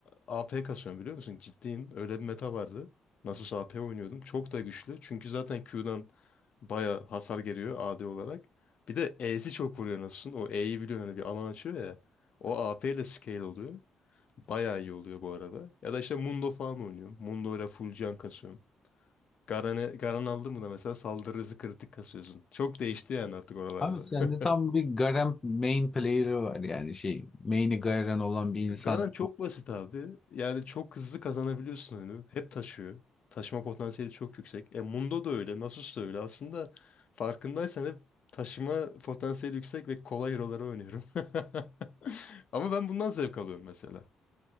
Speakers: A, on the left (about 50°); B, on the left (about 20°).
A: AP kasıyorum biliyor musun? Ciddiyim. Öyle bir meta vardı. Nasus AP oynuyordum. Çok da güçlü. Çünkü zaten Q'dan baya hasar geliyor AD olarak. Bir de E'si çok vuruyor Nasus'un. O E'yi biliyorsun hani bir alan açıyor ya. O AP ile scale oluyor. Baya iyi oluyor bu arada. Ya da işte Mundo falan oynuyorum. Mundo ile full can kasıyorum. Garen'e, Garen aldın mı da mesela saldırı hızı kritik kasıyorsun. Çok değişti yani artık oralarda.
B: Abi sende
A: <laughs>
B: tam bir Garen main player'ı var yani şey main'i Garen olan bir insan.
A: Garan çok basit abi. Yani çok hızlı kazanabiliyorsun oyunu. Hep taşıyor. Taşıma potansiyeli çok yüksek. E Mundo da öyle, Nasus da öyle. Aslında farkındaysan hep taşıma potansiyeli yüksek ve kolay hero'ları oynuyorum. <laughs> Ama ben bundan zevk alıyorum mesela.